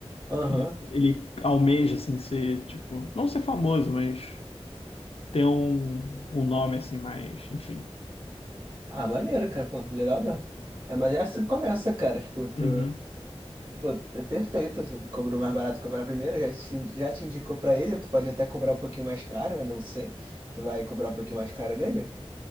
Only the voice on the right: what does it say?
Aham.
Ah, maneiro, cara. Pô, legal mesmo. É, mas é assim que começa, cara. Tipo, tu.
Pô, é perfeito. Tu cobrou mais barato, cobrar primeiro. Já te, já te indicou pra ele. Tu pode até cobrar um pouquinho mais caro, né? Não sei. Tu vai cobrar um pouquinho mais caro dele?